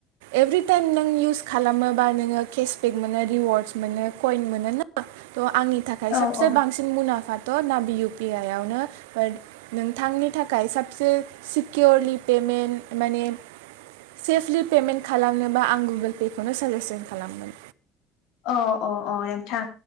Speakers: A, on the right (about 80°); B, on the left (about 70°).
A: एभ्रिटाइम नों इउस खालामोबा नोङो केसबेक मोनो रिवार्डस मोनो कइन मोनो ना थ' आंनि थाखाय साबसे
B: औ औ
A: बांसिन मुना फाथ' नाबि इउ पि आइ आवनो बा नोंथांनि थाखाय साबसे सिकिरलि पेमन्ट माने सेफलि पेमेन्ट खालामनोबा आं गुगोल पे खौनो साजेसन खालामगोन।
B: अ अ अ नोंथां